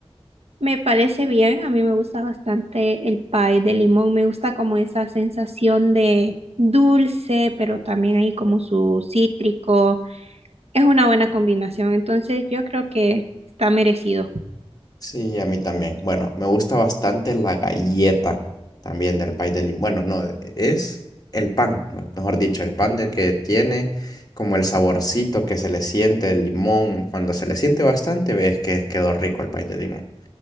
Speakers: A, on the right (about 75°); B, on the left (about 35°).
A: Me parece bien, a mí me gusta bastante el pie de limón, me gusta como esa sensación de dulce, pero también hay como su cítrico. Es una buena combinación, entonces yo creo que está merecido.
B: Sí, a mí también. Bueno, me gusta bastante la galleta también del pay de limón. Bueno, no, e, es el pan, me- mejor dicho, el pan del que tiene como el saborcito que se le siente el limón. Cuando se le siente bastante, ves que quedó rico el pay de limón.